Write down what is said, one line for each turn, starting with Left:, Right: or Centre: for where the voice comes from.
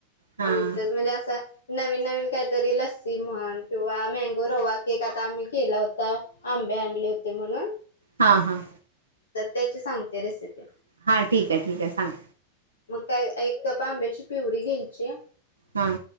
Right: हां
Left: आमच्यात म्हणजे असं नवीन, नवीन कायतरी लस्सी म्हण किंवा मँगो रवा केक आता आम्ही केला होता आंबे आणले होते म्हणून.
Right: हा, हा
Left: तर त्याची सांगते रेसिपी.
Right: हा ठीकय, ठीकय सांग.
Left: मग काय एक कप आंब्याची पिवरी घ्यायची.
Right: हां